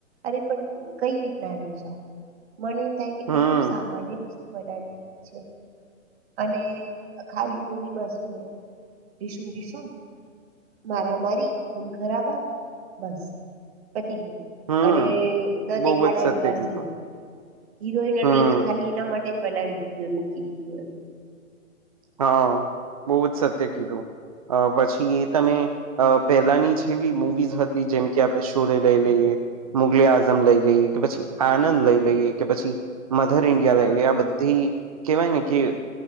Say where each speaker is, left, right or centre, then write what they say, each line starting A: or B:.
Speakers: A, on the right (about 45°); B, on the right (about 30°).
A: અરે પણ કઈ રીતના લઈ જાાવ મને એમ થાય કે
B: હમ
A: કેટલું સામાન્ય વસ્તુ બનાવી છે અને ખાલી મવીતુ સમ દસમ મારા મારી ખૂન ખરાબ આ બસ પતી ગયો
B: હમ
A: અને ન
B: બહુ
A: દેખાડવા
B: જ સત્ય
A: જેવા
B: કીધું
A: સીન હીરોઈન
B: હમ
A: તો ખાલી એના માટે જ બનાવી દીધી હોય મૂકી દીધી હોય
B: હા બહ જ સત્ય કીધું પછી એ તમે અ પહેલાની જેવી મુૂવીઝ હતી જેમ કે આપણે શોરે લઈ લઈએ મુગલી આઝમ લઈ લઈએ કે પછી આનંદ લઈ લઈએ કે પછી મધર ઇન્ડિયા લાગલી આ બધી કેહેવાય ને કે